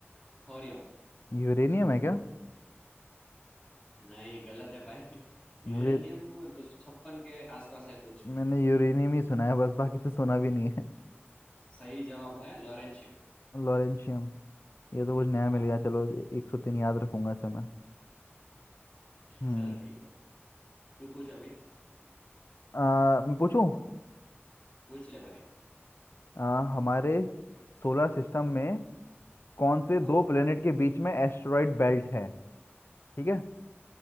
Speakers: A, on the left; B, on the left.
A: थोरियम
B: यूरेनियम है क्या
A: नहीं गलत है भाई <laughs> यूरेनियम
B: मुझे
A: दो सौ छप्पन के आसपास है कुछ
B: मैंने यूरेनियम ही सुना है बस बाकी तो सुना भी नहीं है
A: सही जवाब है लॉरेंशियम
B: लॉरेंशियम ये तो कुछ नया
A: हाँ
B: मिल गया चलो 103 याद रखूंगा इसे मैं हम्म
A: चलो ठीक है तू पूछ अभी
B: आ, मैं पूछूं
A: पूछ ले भाई
B: आ, हमारे सोलर सिस्टम में कौन से
A: हाँ
B: दो प्लेनेट के बीच में एस्टेरॉइड बेल्ट है ठीक है